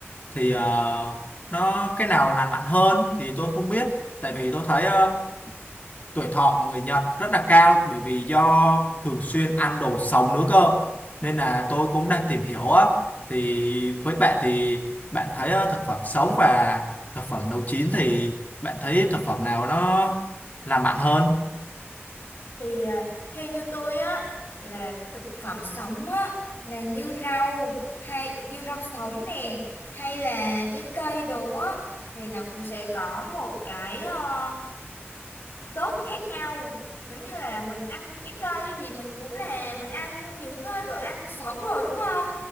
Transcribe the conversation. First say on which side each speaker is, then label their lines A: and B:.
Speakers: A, on the left; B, on the left.
A: thì ờ, nó cái nào lành mạnh hơn thì tôi không biết tại vì tôi thấy ờ, tuổi thọ của người Nhật rất là cao bởi vì do thường xuyên ăn đồ sống nữa cơ nên là tôi cũng đang tìm hiểu á thì với bạn thì bạn thấy ờ, thực phẩm sống và thực phẩm nấu chín thì bạn thấy thực phẩm nào nó làm mặn hơn
B: Thì à, theo như tôi á là thực phẩm sống á là như rau hay như rau sống nè hay là trái cây đồ á thì nó cũng sẽ có một cái ờ, tốt khác nhau. Giống như là mình ăn trái cây thì mình cũng là mình ăn những ờ, đồ ăn sống rồi đúng không?